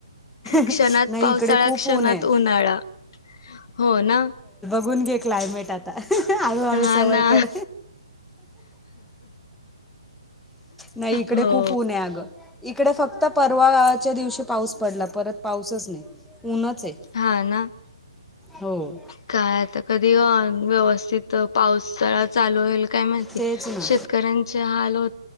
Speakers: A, on the left; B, in the centre.
A: क्षणात
B: नाही
A: पावसाळा
B: इकडे खूप
A: क्षणात
B: ऊन आहे
A: उन्हाळा हो ना
B: गुणगे क्लायमेट आता हाळू हाळू
A: हा
B: सवय
A: ना
B: कर. नाही इकडे
A: हो
B: खूप ऊन आहे आगं इकडे फक्त परवाच्या दिवशी पाऊस पडला परत पाऊसच नाही. ऊनच आहे.
A: हा ना
B: हो.
A: काय आता कधी व्यवस्थित पावसाळा चालू होईल काय माहिती
B: तेच ना
A: शेतकऱ्यांचे हाल हो